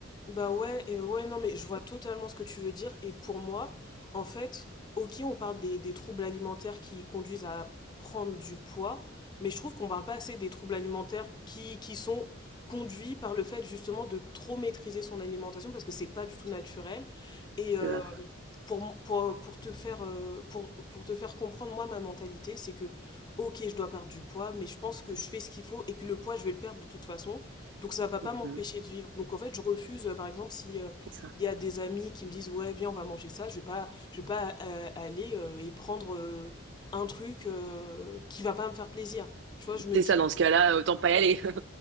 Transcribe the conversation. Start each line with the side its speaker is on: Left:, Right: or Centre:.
Left: Bah ouais, et ouais, non, mais je vois totalement ce que tu veux dire. Et pour moi, en fait, ok, on parle des, des troubles alimentaires qui conduisent à prendre du poids, mais je trouve qu'on parle pas assez des troubles alimentaires qui, qui sont conduits par le fait justement de trop maîtriser son alimentation parce que c'est pas du tout naturel. Et euh,
Right: dire
Left: pour, mon- pour, pour te faire, euh, pour, pour te faire comprendre, moi, ma mentalité, c'est que, ok, je dois perdre du poids, mais je pense que je fais ce qu'il faut et que le poids, je vais le perdre de toute façon. Donc ça va pas
Right: Mhm,
Left: m'empêcher de vivre. Donc en fait, je refuse, euh, par exemple, si euh,
Right: c'est ça.
Left: il y a des amis qui me disent ouais, viens, on va manger ça, je vais pas, je vais pas euh, aller euh, et prendre euh, un truc euh, qui va pas me faire plaisir. Tu vois, je me
Right: C'est
Left: dis
Right: ça, dans ce cas-là, autant pas y aller.